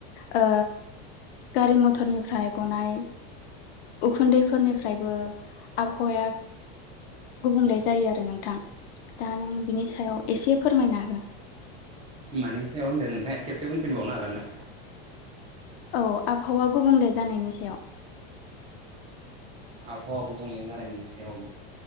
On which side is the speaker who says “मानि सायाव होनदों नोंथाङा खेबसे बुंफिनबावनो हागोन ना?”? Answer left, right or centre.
Right